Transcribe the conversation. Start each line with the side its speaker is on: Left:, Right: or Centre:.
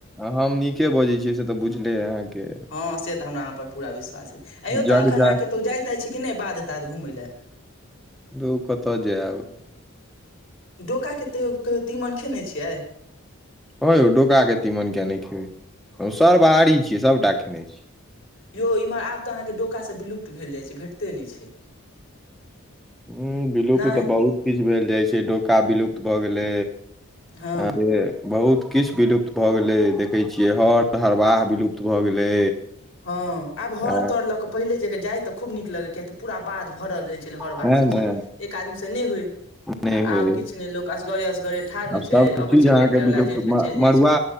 Centre: हम नीके बजैत छियै से तऽ बुझले यै अहाँ के
Left: हाँ से तऽ हमरा अहाँ पर पूरा विश्वास अछिइ अयौ तऽ
Centre: जग
Left: एखन
Centre: जाय
Left: अहाँ कतौ जाइतइ छी कि नहि बाध ताध घुमय लए
Centre: धू कतऽ जायब
Left: डोकाके तै तीमन खेने छियै
Centre: ह यौ डोका के तीमन किया नहि खेबै सर बाहरी छियै सबटा खेने छी
Left: यौ इम्हर आब तऽ अहाँके डोकासँ विलुप्त भेल जाइ छै भेटते नहि छै
Centre: ह विलुप्त
Left: नहि
Centre: तऽ बहुत किछु भेल जाइ छै डोका विलुप्त भए गेलै
Left: हँ
Centre: अरे बहुत किछु विलुप्त भए गेलै देखै छियै हर हरबाह विलुप्त भए गेलै
Left: हँ आब हर
Centre: आ,
Left: तर ल के पहिले जे जाय ते खूब नीक लगे किय तऽ पूरा बध भरल रहय छै छल हर बाह
Centre: तें
Left: सबसँ
Centre: ने
Left: एक आदमी से नहि होइ
Centre: नहि
Left: आब
Centre: होय
Left: किछु नहि लोक असगरे असगरे ठाढ़ होइ
Centre: आब
Left: छै
Centre: सब
Left: अबै
Centre: चीज
Left: छै ट्रैक्टर
Centre: अहाँके
Left: वला
Centre: विलुप्त
Left: जोइत कऽ चलि जाइ
Centre: मड़ुआ
Left: छै